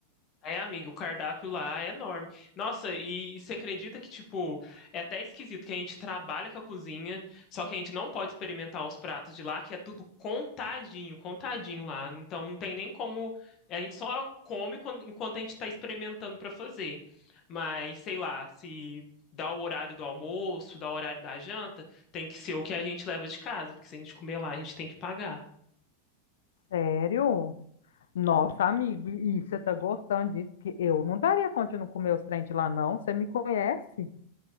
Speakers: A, on the left; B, on the left.
A: É, amiga, o cardápio lá é enorme. Nossa, e, e você acredita que, tipo, é até esquisito que a gente trabalha com a cozinha, só que a gente não pode experimentar os pratos de lá, que é tudo contadinho, contadinho lá. Então não tem nem como. A gente só come quando- enquanto a gente tá experimentando pra fazer. Mas, sei lá, se dá o horário do almoço, dá o horário da janta, tem que ser o que a gente leva de casa, porque se a gente comer lá, a gente tem que pagar.
B: Sério? Nossa, amigo, e você tá gostando disso? Que eu não daria conta de não comer os trem de lá, não. Você me conhece?